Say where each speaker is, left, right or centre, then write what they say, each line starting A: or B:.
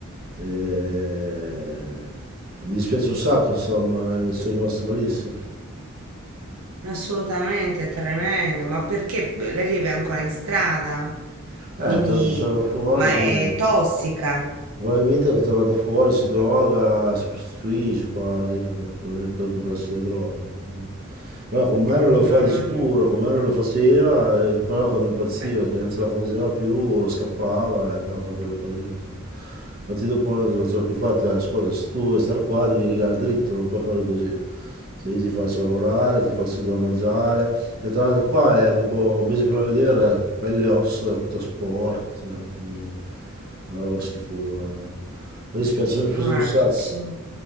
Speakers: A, on the right (about 45°); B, on the right (about 80°).
A: E... E mi dispiace un sacco, insomma, eh, sono rimasto malissimo.
B: Assolutamente, è tremendo. Ma perché beh, lei vive ancora in strada? Quindi,
A: Eh, è, tor- è tornata fuori,
B: ma
A: quindi
B: è tossica.
A: probabilmente è tornata fuori, si droga, si prostituisce quasi, eh, per, per comprarsi le droghe. Però con me non lo fa
B: Mamma
A: di sicuro,
B: mia.
A: con me non lo faceva, e però quando impazziva,
B: Beh,
A: che non ce la faceva più, scappava e andava a fare quelle cose lì. insomma. Infatti dopo non so, non ce l'ho più fatta, ascolta, se tu vuoi star qua devi rigare dritto, non puoi fare così. Se io ti faccio lavorare, ti faccio da mangiare. È tornata qua e dopo un mese che non la vedevo era pelle e ossa, tutta sporca, cioè, niente, una roba schifosa. guarda. Mi dispiace, mi dispiace
B: allora,
A: un sacco.
B: piccina.